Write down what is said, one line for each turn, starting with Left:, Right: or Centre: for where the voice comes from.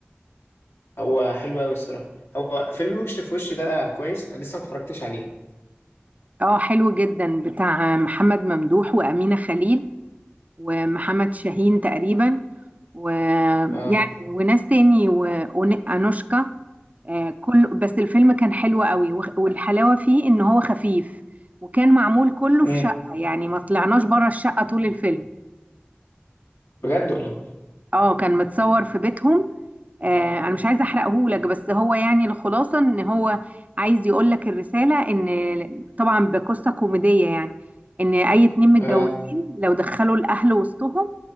Left: هو حلو قوي الصراحه هو فيلم وش في وش ده كويس انا لسه ما اتفرجتش عليه
Right: اه حلو جدا بتاع محمد ممدوح وأمينة خليل ومحمد شاهين تقريبا ويعني
Left: اه
Right: وناس تاني وأنوشكا آه، كل بس الفيلم كان حلو قوي وخ- والحلاوة فيه إن هو خفيف وكان معمول كله
Left: امم
Right: في شقة يعني ما طلعناش بره الشقة طول الفيلم
Left: بجد والله
Right: اه كان متصور في بيتهم آه، انا مش عايزه احرقهولك بس هو يعني الخلاصه ان هو عايز يقولك الرساله ان طبعا بقصه كوميديه يعني ان اي اتنين متجوزين
Left: اه
Right: لو دخلوا الاهل وسطهم